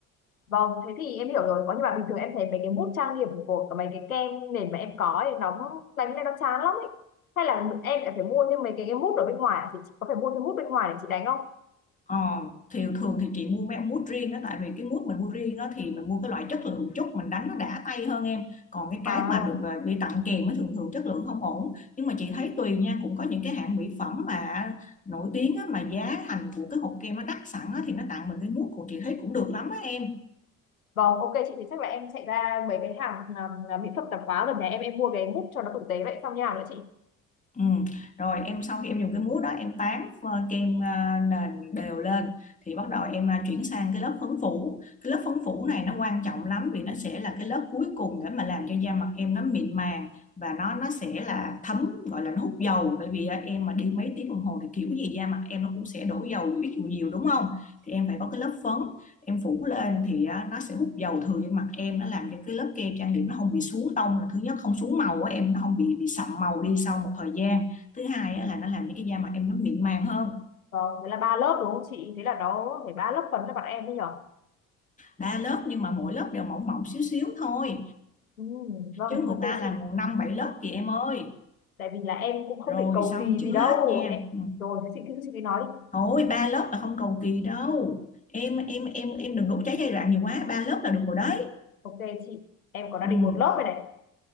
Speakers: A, on the left; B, on the left.
A: vâng thế thì em hiểu rồi có nhưng mà bình thường em thấy mấy cái mousse trang điểm của cả mấy cái kem nền mà em có ấy nó đánh lên nó chán lắm ấy hay là em lại phải mua thêm mấy cái, cái mousse ở bên ngoài hả chị chị có phải mua thêm mousse bên ngoài để chị đánh không
B: Ờ, thì thường thì chị mua mấy ông mút riêng đó tại vì cái mút mình mua riêng đó thì mình mua cái loại chất lượng chút mình đánh nó đã tay hơn em còn cái cái
A: à
B: mà được ờ, đi tặng kèm mới thường thường chất lượng không ổn nhưng mà chị thấy tùy nha cũng có những cái hãng mỹ phẩm mà nổi tiếng á, mà giá thành của cái hộp kem nó đắt sẵn á, thì nó tặng mình cái mút của chị thấy cũng được lắm á em
A: Vâng, ok chị thì chắc là em chạy ra mấy cái hàng à, mỹ phẩm tạp hóa gần nhà em em mua cái mút cho nó tử tế vậy xong như nào nữa chị?
B: Ừ. Rồi em sau khi em dùng cái mousse đó em tán ờ, kem ờ, nền đều lên thì bắt đầu em ờ, chuyển sang cái lớp phấn phủ cái lớp phấn phủ này nó quan trọng lắm vì nó sẽ là cái lớp cuối cùng để mà làm cho da mặt em nó mịn màng và nó nó sẽ là thấm gọi là nó hút dầu bởi vì ờ, em mà đi mấy tiếng đồng hồ thì kiểu gì da mặt em nó cũng sẽ đổ dầu dù ít dù nhiều đúng không thì em phải có cái lớp phấn em phủ lên thì á, nó sẽ hút dầu thừa trên mặt em nó làm cho cái lớp kem trang điểm nó không bị xuống tông là thứ nhất không xuống màu á em nó không bị bị sậm màu đi sau một thời gian thứ hai á, là nó làm cho cái da mặt em nó mịn màng hơn
A: Vâng, thế là ba lớp đúng không chị? Thế là nó phải ba lớp phấn cho bọn em đấy nhở?
B: ba lớp nhưng mà mỗi lớp đều mỏng mỏng xíu xíu thôi
A: Ừ, vâng,
B: chứ
A: ok
B: người ta làm
A: chị.
B: năm bảy lớp chị em ơi
A: Tại vì là em cũng không
B: rồi
A: định cầu
B: xong
A: kỳ
B: chưa
A: gì đâu.
B: hết nha
A: Em...
B: Ừ.
A: Rồi, thế chị cứ chị cứ nói đi.
B: thôi ba lớp là không cầu kỳ đâu em em em em đừng đốt cháy giai đoạn nhiều quá ba lớp là được rồi đấy
A: Ok chị, em còn đang
B: ừ.
A: định một lớp rồi này.